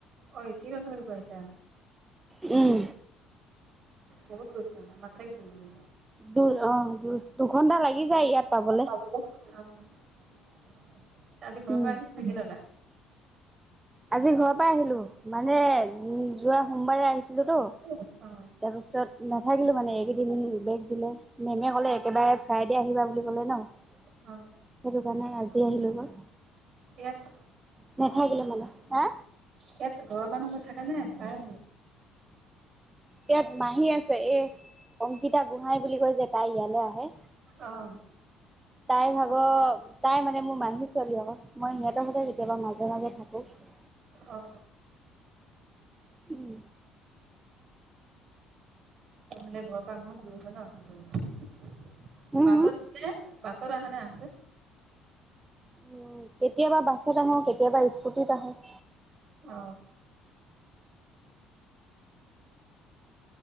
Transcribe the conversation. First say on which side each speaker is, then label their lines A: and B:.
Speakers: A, on the right; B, on the right.
A: অঐ কি কচ পাইছা
B: উম
A: বহুত গুখনা মাথা কি পিল দে
B: দূৰ অ দূ দুঘন্টা লাগি যায় ইয়াত পাবলে।
A: <unintelligible> আদি ঘৰ
B: উম,
A: পৰা আহি থাকিললা
B: আজি ঘৰৰ পৰা আহিলো মানে উ যোৱা সোমবাৰে আহিছিলো তো
A: অ',
B: তাৰপিছত নাথাকিলো মানে এইকেইদিন বেগ দিলে মেমে কলে একেবাৰে ফ্ৰাইডে আহিবা বুলি কলে ন সেইটো
A: অ'
B: কাৰণে আজি আহিলো ম
A: এটা
B: নেথাকিলে মানে হা
A: ইয়াত দূৰৰ মানুহ হৈ থাকে নে ভাৰা
B: ইয়াত মাহী আছে এ অংকিতা গোহাঁই বুলি কৈ যে তাই ইয়ালৈ আহে
A: অ',
B: তাই ভাগৰ তাই মানে মোৰ মাহী ছোৱালী আক মই সিহঁতৰ সতে কেতিয়াবা মাজে মাজে থাকো <unintelligible>
A: অ
B: উম
A: তেহলে ঘৰৰ পৰা ইমান দূৰ হয় নহাল
B: হম,
A: বাছত
B: হম,
A: উঠিলে বাছত আহা নে আক
B: উ কেতিয়াবা বাছেত আহো কেতিয়াবা স্কুটিত আহো <inaudible>
A: অ'